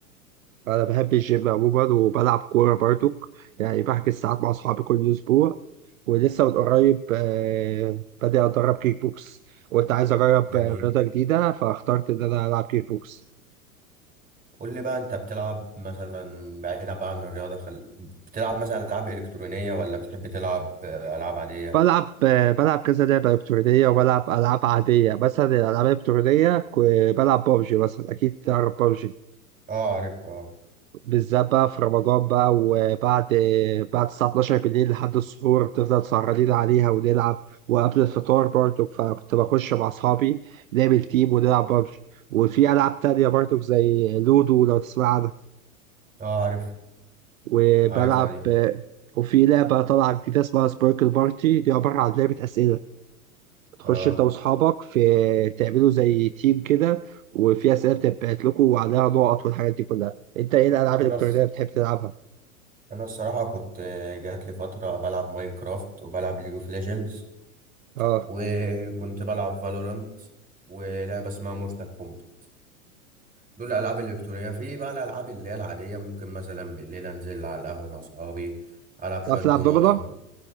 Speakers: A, on the right; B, on the right.
A: انا بحب الجيم عموما وبلعب كوره برضو يعني بحجز ساعات مع اصحابي كل اسبوع ولسه من قريب آه، بادئ اتدرب كيك بوكس وانت عايز اجرب
B: جميل
A: آه، رياضه جديده فاخترت ان انا العب كيك بوكس
B: قول لي بقى أنت بتلعب مثلا بعيدا بقى عن الرياضة خل... بتلعب مثلا ألعاب إلكترونية ولا بتحب تلعب آه، ألعاب عادية؟
A: بلعب آه، بلعب كذا لعبه الكترونيه وبلعب العاب عاديه مثلا الالعاب الالكترونيه ك- بلعب بابجي مثلا اكيد تعرف بابجي
B: اه عارف اه
A: بالذات بقى في رمضان بقى وبعد بعد الساعة 12 بالليل لحد السحور بتفضل سهرانين عليها ونلعب وقبل الفطار برضو فكنت بخش مع أصحابي نعمل تيم ونلعب ببجي وفي ألعاب تانية برضو زي لودو لو تسمع عنها
B: اه عارف
A: وبلعب
B: عارفها دي
A: وفي لعبة طالعة جديدة اسمها سبيركل بارتي دي عبارة عن لعبة أسئلة بتخش
B: اه
A: أنت وأصحابك في تعملوا زي تيم كده وفي أسئلة بتبعت لكم وعليها نقط والحاجات دي كلها أنت إيه الألعاب الإلكترونية
B: أنا
A: اللي بتحب تلعبها؟
B: انا الصراحه كنت جات لي فتره بلعب ماينكرافت وبلعب ليج اوف ليجندز
A: آه
B: وكنت بلعب فالورانت ولعبه اسمها مورتال كومبات دول الالعاب الالكترونيه في بقى الالعاب اللي هي العاديه ممكن مثلا بالليل انزل على القهوه مع صحابي العب شويه
A: تعرف
B: دومنه
A: تلعب دومنة؟